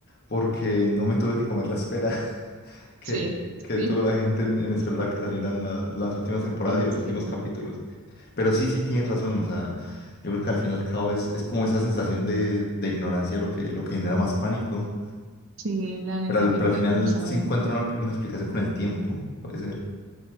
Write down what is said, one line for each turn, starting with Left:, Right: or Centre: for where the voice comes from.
Left: porque no me tuve que comer la espera <laughs> que,
Right: Sí,
Left: que
Right: sí,
Left: tuvo la gente en, en esperar a que salieran la- las últimas temporadas
Right: eh,
Left: y los últimos
Right: sí,
Left: capítulos. Pero sí, sí, tienes razón. O sea, yo creo que al fin y al cabo es, es como esa sensación de, de ignorancia lo que, lo que genera más pánico.
Right: Sí, la dinámica,
Left: Pero al, pero al final
Right: vamos a
Left: se
Right: ver.
Left: encuentra una, una explicación con el tiempo, puede ser.